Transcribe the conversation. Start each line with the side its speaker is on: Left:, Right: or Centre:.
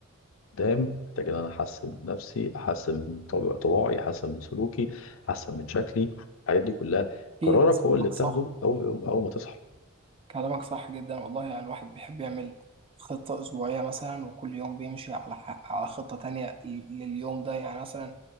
Left: قدام محتاج ان انا احسن من نفسي احسن من طبع طباعي احسن من سلوكي احسن من شكلي الحاجات دي كلها
Right: اكيد
Left: قرارك
Right: كلامك
Left: هو اللي بتاخده
Right: صح
Left: اول اول ما تصحى
Right: كلامك صح جدا والله يعني الواحد بيحب يعمل خطة أسبوعية مثلا وكل يوم بيمشي على ح- على خطة تانية ل- لليوم ده يعني مثلا